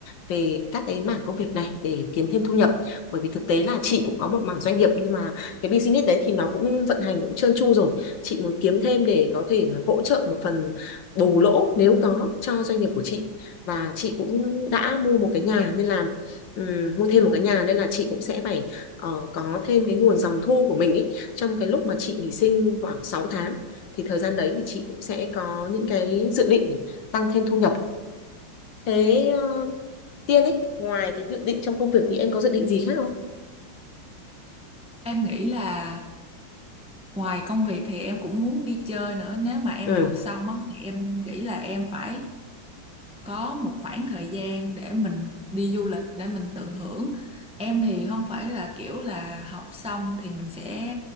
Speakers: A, on the left; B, in the centre.
A: về các cái mảng công việc này để kiếm thêm thu nhập. Bởi vì thực tế là chị cũng có một mảng doanh nghiệp nhưng mà cái business đấy thì nó cũng vận hành cũng trơn tru rồi. Chị muốn kiếm thêm để có thể mà hỗ trợ một phần bù lỗ nếu có cho doanh nghiệp của chị và chị cũng đã mua một cái nhà nên là ừm, mua thêm một cái nhà nên là chị cũng sẽ phải ờ, có thêm cái nguồn dòng thu của mình ý. Trong cái lúc mà chị nghỉ sinh khoảng 6 tháng thì thời gian đấy thì chị cũng sẽ có những cái dự định tăng thêm thu nhập thế ờ, Tiên ấy ngoài cái dự định trong công việc thì em có dự định gì khác không
B: Em nghĩ là Ngoài công việc thì em cũng muốn đi chơi nữa. Nếu mà em
A: ừ
B: học xong á, thì em nghĩ là em phải có một khoảng thời gian để mình đi du lịch để mình tận hưởng em thì không phải là kiểu là học xong thì mình sẽ